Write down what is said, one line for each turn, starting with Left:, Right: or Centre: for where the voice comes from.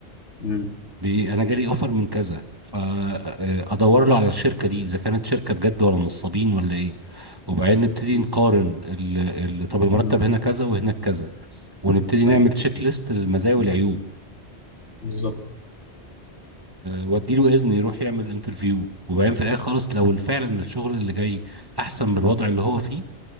Left: امم
Right: بي أنا جالي أوفر من كذا فأدور له على الشركة دي إذا كانت شركة بجد ولا نصابين ولا إيه وبعدين نبتدي
Left: امم
Right: نقارن ال... ال... طب المرتب
Left: أمم.
Right: هنا كذا وهناك كذا ونبتدي
Left: طيب
Right: نعمل تشيك ليست للمزايا والعيوب
Left: بالظبط
Right: واديله اذن يروح يعمل انترفيو وبعدين في الاخر خالص لو فعلا الشغل اللي جاي احسن من الوضع اللي هو فيه